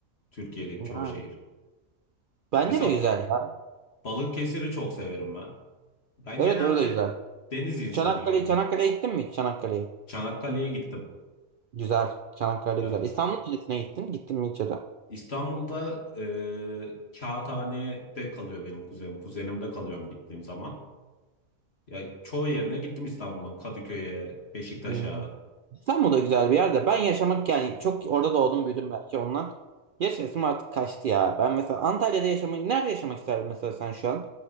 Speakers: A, on the left; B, on the right.
A: Türkiye'deki
B: Yani,
A: çoğu şehir.
B: bence
A: Mesela
B: de güzel ya.
A: Balıkesir'i çok severim ben. Ben
B: Evet
A: genelde
B: orada güzel.
A: deniz insanıyım
B: Çanakkale,
A: hani.
B: Çanakkale'ye gittin mi hiç? Çanakkale'ye.
A: Çanakkale'ye gittim.
B: Güzel. Çanakkale
A: Evet.
B: güzel. İstanbul Kalesi'ne gittin. Gittin mi hiç ya da?
A: İstanbul'da e, Kağıthane'de kalıyor benim kuzenim. Kuzenimde kalıyorum gittiğim zaman. Ya çoğu yerine gittim İstanbul'un. Kadıköy'e, Beşiktaş'a.
B: Hı. İstanbul da güzel bir yer de ben yaşamak yani çok orada doğdum büyüdüm belki ondan. Yaşasım artık kaçtı ya. Ben mesela Antalya'da yaşamak nerede yaşamak isterdin mesela sen şu an?